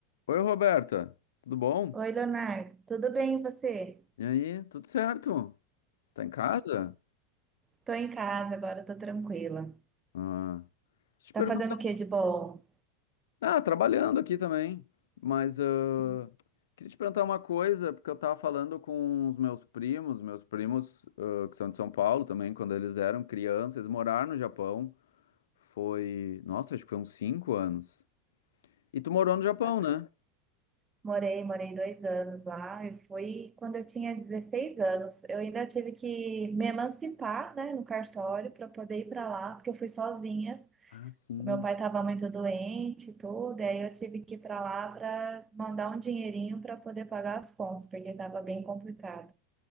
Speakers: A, on the left (about 75°); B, on the right (about 20°).
A: Oi, Roberta, tudo bom?
B: Oi, Leonardo. Tudo bem, e você?
A: E aí, tudo certo? Tá em casa?
B: Tô em casa agora, tô tranquila.
A: Ah, deixa eu te perguntar.
B: Tá fazendo o que de bom?
A: Ah, trabalhando aqui também, mas ah,
B: Que
A: queria te perguntar uma coisa, porque eu tava falando com os meus primos, meus primos ah, que são de São Paulo também, quando eles eram crianças, eles moraram no Japão, foi, nossa, acho que foi uns cinco anos. E tu morou no Japão,
B: bacana.
A: né?
B: Morei, morei dois anos lá e foi quando eu tinha 16 anos. Eu ainda tive que me emancipar, né, no cartório para poder ir para lá, porque eu fui sozinha.
A: Ah, sim.
B: O meu pai estava muito doente e tudo, e aí eu tive que ir para lá para mandar um dinheirinho para poder pagar as contas, porque estava bem complicado.